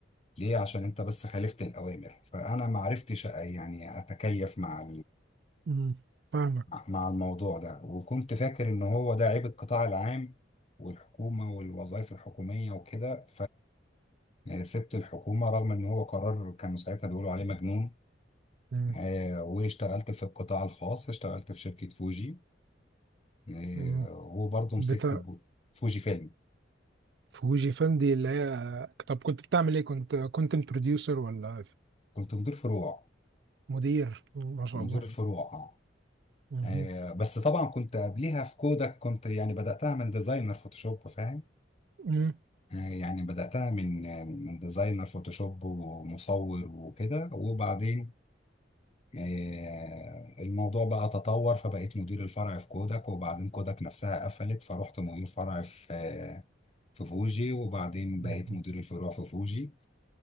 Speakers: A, on the left; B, on the right.
A: ليه عشان انت بس خالفت الاوامر فانا ما عرفتش يعني اتكيف مع
B: مم. فاهمك
A: مع الموضوع ده وكنت فاكر ان هو ده عيب القطاع العام والحكومة والوظائف الحكومية وكده فسبت الحكومة رغم ان هو قرار كانوا ساعتها بيقولوا عليه مجنون
B: مم.
A: آه، واشتغلت في القطاع الخاص اشتغلت في شركة فوجي آه،
B: مم.
A: وبرضه مسكت
B: بتاع
A: ب- فوجي فيلم
B: فوجي فان دي اللي هي طب كنت بتعمل ايه كنت كونتنت بروديوسر ولا
A: كنت مدير فروع
B: مدير ما شاء
A: مدير
B: الله
A: الفروع اه
B: مم.
A: آه، بس طبعا كنت قبليها في كودك كنت يعني بدأتها من ديزاينر فوتوشوب فاهم
B: مم.
A: يعني بدأتها من من ديزاينر فوتوشوب ومصور وكده وبعدين آه، الموضوع بقى تطور فبقيت مدير الفرع في كوداك وبعدين كوداك نفسها قفلت فروحت مدير فرع في آه، في فوجي وبعدين بقيت
B: مم.
A: مدير الفروع في فوجي